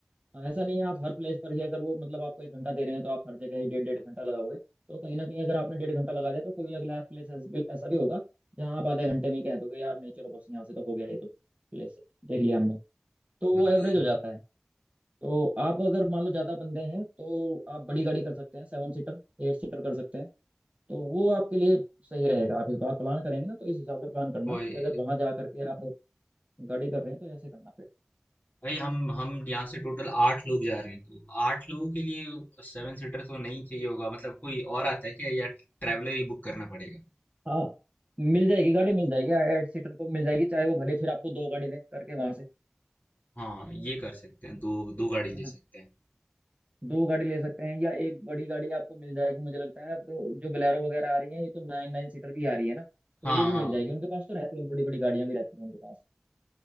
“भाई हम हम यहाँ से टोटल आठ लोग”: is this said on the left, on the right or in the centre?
Left